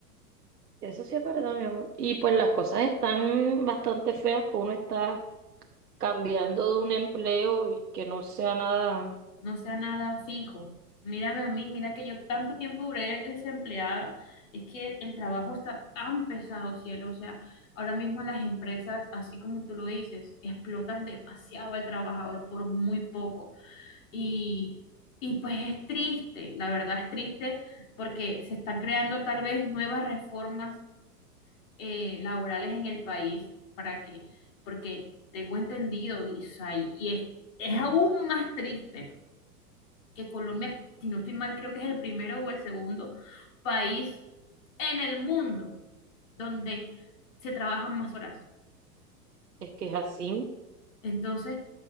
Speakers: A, on the right; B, on the left.
A: Eso sí es verdad, mi amor. Y pues las cosas están bastante feas, pues uno está cambiando de un empleo y que no sea nada,
B: no sea nada fijo. Mírame a mí, mira que yo tanto tiempo duré desempleada. Es que el trabajo está tan pesado, cielo. O sea, ahora mismo las empresas, así como tú lo dices, explotan demasiado al trabajador por muy poco. Y, y pues es triste, la verdad es triste porque se están creando tal vez nuevas reformas eh, laborales en el país para que, porque tengo entendido, Isai, y es, es aún más triste que Colombia, si no estoy mal, creo que es el primero o el segundo país en el mundo donde se trabajan más horas.
A: es que es así.
B: Entonces,